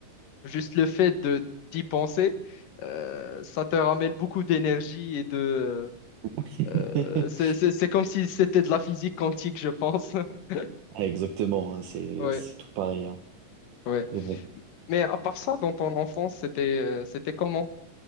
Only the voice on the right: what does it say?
<laughs>
Ah, exactement, hein, c'est
c'est tout pareil. hein.
Mais bon,